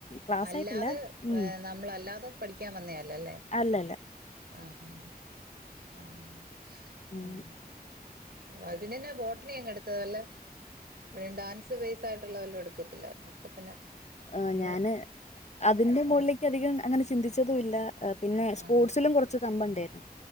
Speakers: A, on the left; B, on the right.
A: ക്ലാസ്സായിട്ടില്ല
B: അല്ലാതെ
A: ഉം
B: ഏ നമ്മള അല്ലാതെ പഠിക്കാൻ വന്നല്ലല്ലേ
A: അല്ലല്ല
B: ആ ആഹ് ആമ്
A: ഉം
B: ആഹ് അതിന് തന്ന ബോട്ടണി അങ്ങ് എടുത്തത് ല്ല ഡാൻസ് ബേസ് ആയിട്ടു വല്ല എടുക്കത്തില്ലായിരുന്നു അപ്പ പിന്നെ
A: ആ
B: നമ്മളെ
A: ഞാന് അതിന്റെ മുകളിലേക്ക്
B: ആ
A: അധികം അങ്ങനെ ചിന്തിച്ചതുംല്ല പിന്നെ
B: ആ
A: സ്പോർട്സിലും
B: ആ
A: കുറച്ച് കമ്പം ഉണ്ടെർന്നു